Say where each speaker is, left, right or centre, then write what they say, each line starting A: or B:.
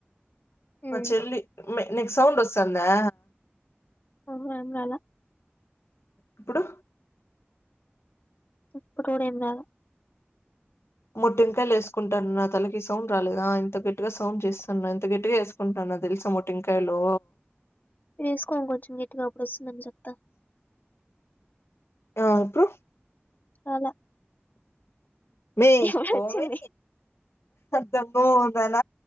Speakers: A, on the left; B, on the left.
A: హ్మ్.
B: మా చెల్లి మే నిక్ సౌండ్ ఒస్తందా
A: మ్ హు ఏం రాల
B: ఇప్పుడు
A: ఇప్పుడు కూడ ఎం రాలె
B: మొటింకాయలేసుకుంటన్న నా తలకి సౌండ్ రాలేద ఇంత గట్టిగ సౌండ్ చేసున్న ఇంత గట్టిగ ఏసుకుంటన తెల్ ల్స్ మొటింకయలూ
A: వేసుకొ ఇంకొంచెం గట్టిగ అప్పుడు ఒస్తుందెమో చెప్త
B: ఆ ఇప్పుడు
A: రాలా
B: మై
A: ఇప్పుడు
B: పొవే
A: వచ్చింది
B: దొంగమొహందాన